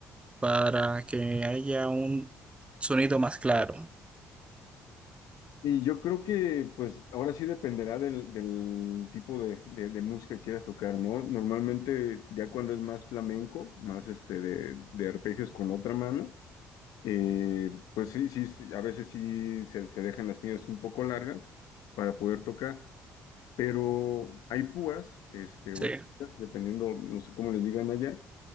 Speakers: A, on the right; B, on the left.
A: para que haya un sonido más claro.
B: Y yo creo que, pues, ahora sí dependerá del, del tipo de, de, de música que quieras tocar, ¿no? Normalmente, ya cuando es más flamenco, más este de, de arpegios con otra mano, eh, pues sí, sí, sí, a veces sí se, se dejan las piñas un poco largas para poder tocar, pero hay púas, este, o
A: Sí.
B: esquinas, dependiendo, no sé cómo les digan allá,